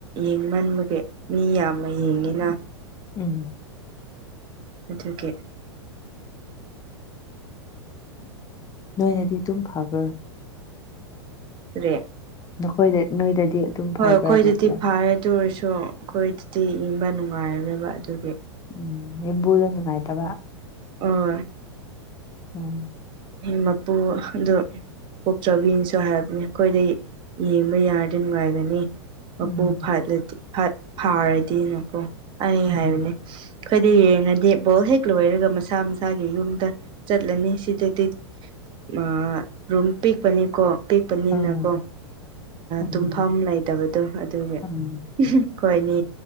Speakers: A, on the right; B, on the left.
A: ꯌꯦꯡꯃꯟꯕꯒꯤ ꯃꯤ ꯌꯥꯝꯅ ꯌꯦꯡꯉꯤꯅ
B: ꯎꯝ
A: ꯑꯗꯨꯒꯤ
B: ꯅꯣꯏꯅꯗꯤ ꯑꯗꯨꯝ ꯐꯕ꯭ꯔ
A: ꯀꯥꯔꯤ
B: ꯅꯈꯣꯏꯗ ꯅꯣꯏꯗꯗꯤ ꯑꯗꯨꯝ ꯐꯕ꯭ꯔꯥꯅꯦ
A: ꯍꯣꯏ ꯑꯩꯈꯣꯏꯗꯗꯤ
B: ꯑꯗꯨ
A: ꯐꯔꯦ ꯑꯗꯨ ꯑꯣꯏꯔꯁꯨ ꯑꯩꯈꯣꯏꯗꯗꯤ ꯏꯪꯕ ꯅꯨꯡꯉꯥꯏꯔꯣꯏꯕ ꯑꯗꯨꯒꯤ
B: ꯎꯝ ꯌꯨꯝꯕꯨꯗ ꯅꯨꯡꯉꯥꯏꯇꯕ
A: ꯑꯣꯏ
B: ꯎꯝ
A: ꯃꯄꯨ ꯑꯗꯨ ꯀꯣꯛꯆꯥꯎꯕꯤꯅꯁꯨ ꯍꯥꯏꯕꯅꯤ ꯑꯩꯈꯣꯏꯗꯩ ꯌꯦꯡꯕ ꯌꯥꯔꯗꯤ ꯅꯨꯡꯉꯥꯏꯒꯅꯤ ꯃꯄꯨ
B: ꯎꯝ
A: ꯐꯠꯂꯗꯤꯠ ꯐꯥꯔꯗꯤꯅꯀꯣ ꯑꯩ
B: ꯎꯝ
A: ꯍꯥꯏꯕꯅꯤ ꯑꯩꯈꯣꯏꯗꯤ ꯌꯦꯡꯉꯗꯤ ꯕꯣꯜ ꯍꯦꯛ ꯂꯣꯏꯔꯒ ꯃꯁꯥ ꯃꯁꯥꯒꯤ ꯌꯨꯝꯗ ꯆꯠꯂꯅꯤ ꯁꯤꯗ ꯇꯤꯠ ꯑꯥ ꯔꯨꯝ ꯄꯤꯛꯄꯅꯤꯀꯣ ꯑꯥ ꯄꯤꯛꯄꯅꯤꯅꯀꯣ
B: ꯑꯥ ꯎꯝ
A: ꯇꯨꯝꯐꯝ ꯂꯩꯇꯕꯗꯣ ꯑꯗꯨꯒꯤ
B: ꯎꯝ
A: ꯈꯣꯏꯅꯤ